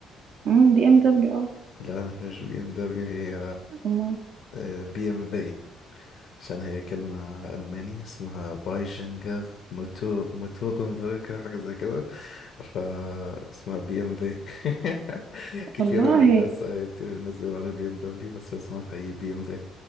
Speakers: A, on the right; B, on the left.
A: امم بي ام دبليو اه
B: لا مش بي ام دبليو هي
A: أما-
B: آه، بي ام في عشان هي كلمة ألماني اسمها بايجنجر موتور موتورنبرجر حاجة زي كده فاسمها بي ام في <laughs> كتير
A: والله
B: من الناس أيوة كتير من الناس بيقولوا عليها بي ام دبليو بس اسمها الحقيقي بي ام في يعني